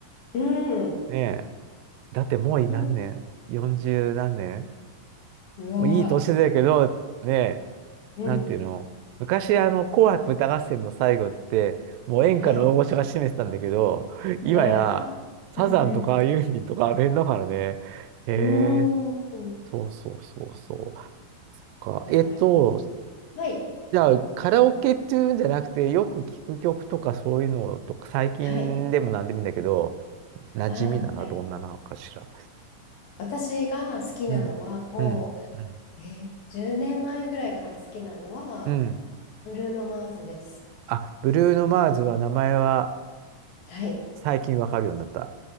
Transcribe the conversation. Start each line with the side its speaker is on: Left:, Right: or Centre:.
Left: うん。
Right: ねえ。だってもう何年
Left: うん
Right: ?40 何年
Left: うわ
Right: もういい年だけど、ねえ、
Left: ー。
Right: なんていうの、
Left: うん。
Right: 昔、あの、紅白歌合戦の最後って、もう演歌の大御所が占めてたんだけど、
Left: はい。
Right: 今や、
Left: はい。あ、
Right: サザンとかユーミンとかあの辺だからね。
Left: うんう
Right: へえ、
Left: ん。うーん。
Right: そうそうそうそう。か、
Left: なんか、
Right: えっと、
Left: はい。
Right: じゃあ、カラオケっていうんじゃなくて、よく聞く曲とかそういうのとか、最近でも何でもいいんだけど、
Left: はい。
Right: 馴染みなのはどんななのかしら。
Left: あー、はい。私が好きなのは、
Right: うん。
Left: も
Right: うん。うん。
Left: う、えー、10年前ぐらいから好きなのは、
Right: うん。
Left: ブルーノ・マーズです。
Right: あ、ブルーノ・マーズは名前は
Left: はい。
Right: 最近わかるようになった。